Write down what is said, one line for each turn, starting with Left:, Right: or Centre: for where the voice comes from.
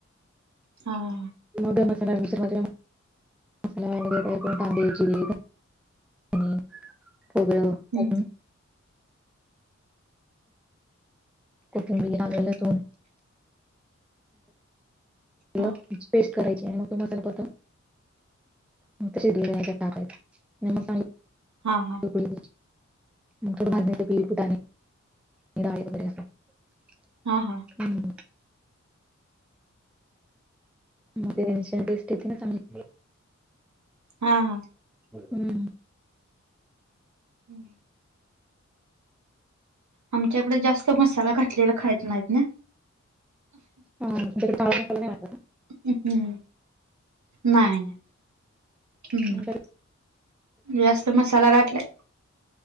Right: हा.
Centre: मग मसाला मिक्सर मध्ये घालून मसाला कांदे, जिरे, धणे, आणि खोबर वाटून.
Right: हम्म हम्म
Centre: कोथंबीर आलं लसुन. म
Right: हा
Centre: त्यांची पेस्ट करायची आणि मग तो मसाला परतून, मग त्या शिजलेल्या हेच्यात टाकायचा.
Right: हा हा
Centre: <unintelligible>
Right: हा हा
Centre: हम्म म ते त्याला टेस्ट येते ना चांगली.
Right: हा हा
Centre: हम्म
Right: हम्म आमच्या इकडं जास्त मसाला घातलेला खाईत नाही ने.
Centre: <unintelligible>
Right: हम्म नाही नाही ह्म
Centre: तुमच्याकडे
Right: जास्त मसाला घातलाय.